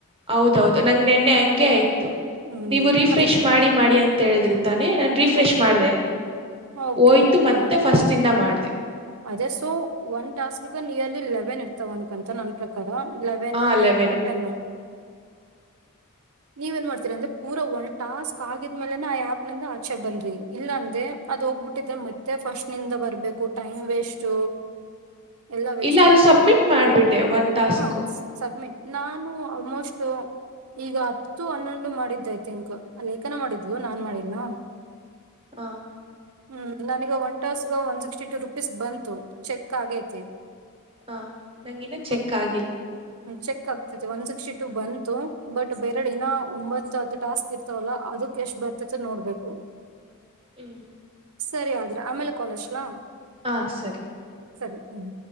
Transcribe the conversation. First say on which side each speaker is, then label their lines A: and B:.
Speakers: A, on the right; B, on the right.
A: ಹೌದೌದು ನಂಗ್ ನೆನ್ನೆ ಹಂಗೆ ಆಯ್ತು
B: ಹ್ಮ್
A: ನೀವು ರೀಫ್ರೆಶ್.
B: ಅದೇ
A: ಮಾಡಿ ಮಾಡಿ ಅಂತ ಹೇಳಿದ್ರಿ ತಾನೆ ನಾನು ರೀಫ್ರೆಶ್
B: ಓಕೆ
A: ಮಾಡಿದೆ.
B: ಓಕೆ
A: ಹೋಯ್ತು
B: ಓಕೆ
A: ಮತ್ತೆ ಫಸ್ಟ್ ಇಂದ ಮಾಡ
B: ಅದೇ ಸೊ ಒನ್ ಟಾಸ್ಕ್ಗನ್ ಇಯರ್ಲಿ ಲೆವೆನ್ ಇರ್ತಾವ ಅನ್ಕೊಂತಾ ನನ್ ಪ್ರಕಾರ. ಲೆವೆನು
A: ಹಾ
B: ನೈನು
A: ಲೆವೆನ್
B: ಟೆನ್ನು. ನೀವು ಏನ್ ಮಾಡ್ತೀರಿ ಅಂದ್ರೆ ಪೂರಾ ಒನ್ ಟಾಸ್ಕ್ ಆಗಿದ್ಮೇಲೆ ಆ ಆಪ್ನಿಂದ ಆಚೆ ಬನ್ನಿ ಇಲ್ಲಾಂದ್ರೆ ಅದು. ಹೋಗ್ಬಿಟ್ಟಿದೆ ಮತ್ತೆ ಫಸ್ಟ್ ನಿಂದ ಬರಬೇಕು ಟೈಮ್ ವೇಸ್ಟ್. ಎಲ್ಲಾ ವೇಸ್ಟ್
A: ಇಲ್ಲ
B: ಆಗ್ತತೆ
A: ಅದು ಸಬ್ಮಿಟ್ ಮಾಡ್ಬಿಟ್ಟೆ ಒನ್ ಟಾಸ್ಕು
B: ಹ ಸಬ್ಮಿಟ್. ನಾನು ಆಲ್ಮೋಸ್ಟ್ ಈಗ ಹತ್ತು ಹನ್ನೊಂದು ಮಾಡಿದ್ದೈತೆನ್ಕೋ ಲೇಖನ ಮಾಡಿದ್ಲು ನಾನ್ ಮಾಡಿಲ್ಲ.
A: ಹ
B: ಹ್ಮ್ ನನಗೆ ಒನ್ ಟಾಸ್ಗ ಒನ್ ಸಿಕ್ಸ್ಟಿ ಟೂ ರುಪೀಸ್ ಬಂತು ಚೆಕ್ ಆಗೈತಿ.
A: ಹ ನಂಗಿನ್ನೂ ಚೆಕ್
B: ಮತ್
A: ಆಗಿಲ್ಲ.
B: ಚೆಕ್ ಒನ್ ಸಿಕ್ಸ್ಟಿ ಟು ಬಂತು ಬಟ್ ಬೇರೆ ಇನ್ನ ಒಂಬತ್ತು ಹತ್ತು ಟಾಸ್ಕ್ ಇರ್ತವಲ್ಲ ಅದಕ್ಕೆ ಎಷ್ಟು ಬ ಹೊಚ್ಚಚ್ಚಿಗು ನೋಡ್ಬೇಕು.
A: ಹ್ಮೀ
B: ಸರಿ ಆದ್ರೆ ಆಮೇಲೆ ಕಾಲ್ ಹಚ್ಲಾ.
A: ಹಾ ಸರಿ
B: ಸರಿ ಹ್ಮ್